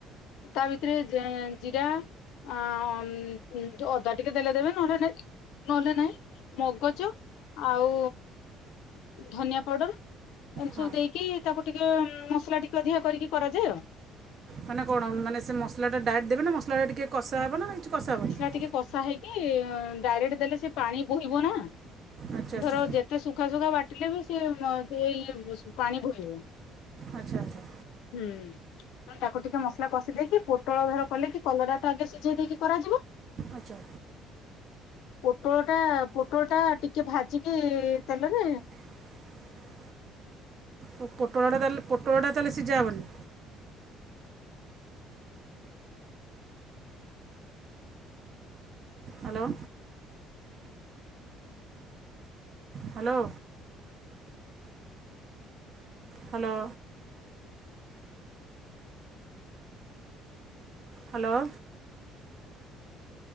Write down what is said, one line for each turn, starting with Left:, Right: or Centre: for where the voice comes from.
Left: ତା ଭିତରେ ଯେ ଜିରା ଅଦା ଟିକେ ଦେଲେ ଦେବେ ନହେଲେ ନାହିଁ ନହେଲେ ନାହିଁ ମଗଜ ଆଉ ଧନିଆ ପାଉଡ଼ର ଏମିତି
Right: ହଁ
Left: ସବୁ ଦେଇକି ତାକୁ ଟିକେ ମସଲା ଟିକିଏ ଅଧିକା କରିକି କରାଯାଏ ଆଉ
Right: ମାନେ କଣ ମାନେ ସେ ମସଲାଟା ଡାଇରେକ୍ଟ ଦେବେ ନା ମସଲାଟା ଟିକେ କଷା ହେବ ନା କିଛି କଷା ହେବନି
Left: ଟିକେ କଷା ହେଇ କି ଡାଇରେକ୍ଟ ଦେଲେ ସେ ପାଣି ବୋହିବ ନା
Right: ଆଚ୍ଛା ଆଚ୍ଛା
Left: ଧର ଯେତେ ସୁଖା ସୁୁଖା ବା ଟିଲେ ବି ସେ ଦେଇ ପାଣି ବୋହିବ
Right: ଆଚ୍ଛା ଆଚ୍ଛା
Left: ହୁଁ ତାକୁ ଟିକେ ମସଲା କଷି ଦେଇକି ପୋଟଳ ଘର କଲେ କି କଲରାଟା ଆଜି ସି ଜେଇ ଦେଇକି କରାଯିବ
Right: ଆଚ୍ଛା
Left: ପୋଟଳ ଟା ପୋଟଳ ଟା ଟିକେ ଭାଜିକି ତେଲରେ
Right: <inaudible> ଓ ପୋଟଳଟା ତାହେଲେ ପୋଟଳଟା ତାହେଲେ ସିଝା ହେବନି hello hello hello hello